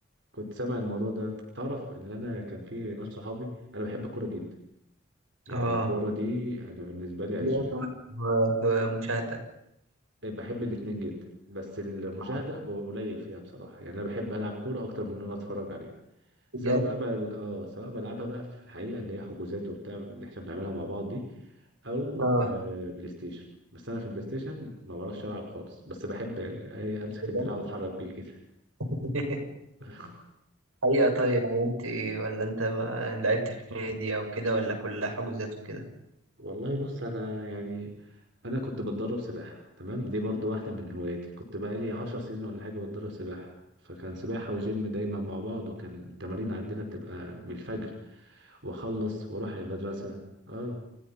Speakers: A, on the right; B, on the right.
A: كنت سامع الموضوع ده تعرف ان انا كان في ناس صحابي انا بحب الكوره جدا يعني
B: اه
A: الكوره دي انا بالنسبه لي عشق
B: لعبة و- ومشاهدة
A: بحب الاتنين جدا بس المشاهدة
B: اه
A: قليل فيها بصراحة يعني أنا بحب ألعب كورة أكتر من إن أنا أتفرج عليها
B: بجد
A: سواء بقى بل... آه سواء بلعبها بقى في الحقيقة اللي هي حجوزات وبتاع اللي إحنا بنعملها مع بعض دي أو
B: اه
A: آه بلاي ستيشن بس أنا في البلاي ستيشن ما بعرفش ألعب خالص بس بحب يعني أي- أمسك
B: بجد
A: الدراع وأتحرك بيه كده
B: <laughs>
A: <laughs>
B: حقيقة طيب يعني انت ولا انت ما لعبت في نادي او كده ولا كلها حجوزات وكده
A: والله بص انا يعني انا كنت بتدرب سباحه تمام دي برضو واحده من هواياتي كنت بقالي عشر سنين ولا حاجه بتدرب سباحه فكان سباحه وجيم دايما مع بعض وكان التمارين عندنا بتبقى من الفجر واخلص واروح المدرسه اه